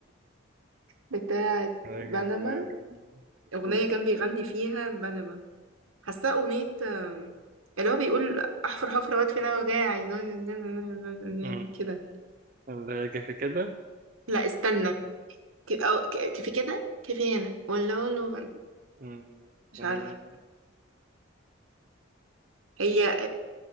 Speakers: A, on the right (about 85°); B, on the right (about 40°).
A: بتاعة
B: أجيب-
A: بنما أغنية
B: قول
A: كان بيغني فيها بنما حاساه أغنية آم، اللي هو بيقول أحفر حفرة وأدفن أنا وجاي عايزاني
B: أمم،
A: <laughs> كده
B: لا يجي في كده
A: لا استنى ك- أو ك- كيفي كده كيفي هنا ولا له
B: أمم،
A: مش
B: أمم،
A: عارفة هي